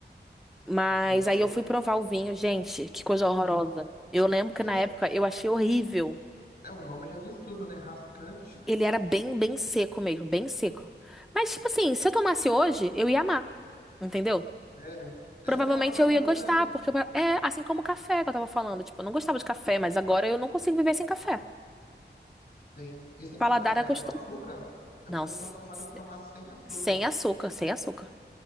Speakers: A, in the centre; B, on the left.
A: mas
B: ok.
A: aí eu fui provar o vinho, gente, que coisa horrorosa. Eu lembro que
B: É,
A: na época eu achei horrível.
B: é, o nome já diz tudo, né? Rascante.
A: Ele era bem, bem seco mesmo, bem seco. Mas, tipo assim, se eu tomasse hoje, eu ia amar, entendeu?
B: Sério. É,
A: Provavelmente
B: o paladar
A: eu
B: muda,
A: ia gostar,
B: né?
A: porque eu- é assim como o café que eu tava falando. Tipo, eu não gostava de café, mas agora eu não consigo viver sem café.
B: Sim. E você
A: O paladar
B: toma café
A: acostuma.
B: com açúcar? É
A: Não,
B: porque
A: s-
B: eu sou acostumado
A: s-
B: a tomar sem açúcar.
A: sem açúcar, sem açúcar.